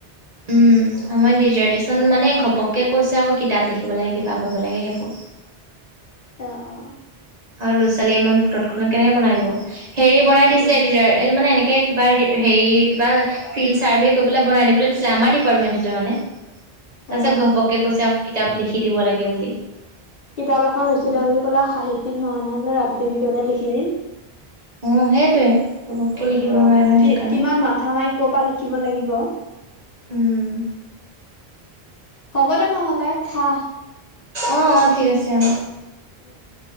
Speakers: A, on the right; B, on the left.
A: উম' আমাৰ ডিজাৰ্টেশ্যন মানে ঘপককে কৈছে আৰু কিতাপ লিখিব লাগে কিবা কৰিব লাগে সেইবোৰ।
B: অঁ অঁ।
A: আৰু ল'ৰা-ছোৱালীয়ে ইমান টটখনাত কেনেকে বনাই দিব? হেৰি বনাই দিছিলে
B: অ',
A: এই মানে এনেকে- কিবা হেৰি কিবা ফিল্ড চাৰ্ভে কৰিবলৈ বনাই দিবলৈ দিছিলে আমাৰ ডিপাৰ্টমেন্টতে মানে। তাপিছত
B: অ'।
A: ঘপকে কৈছে আকৌ কিতাপ লিখি দিব লাগে বুলি।
B: কিতাপ এখন লিখি দে বুলি ক'লে সাহিত্যিক নহয় নহয় বোলে ৰাতিটোৰ ভিতৰতে লিখি দিম।
A: অঁ' সেইটোয়ে ঘপককে লিখি দিব নোৱাৰে ন
B: কি
A: সেইকাৰণে।
B: কিমান মাথা মাৰি- কপা লিখিব লাগিব-
A: উম'।
B: হ'ব দে নহ'লে খা।
A: অঁ অঁ ঠিক আছে অঁ।
B: উম উম।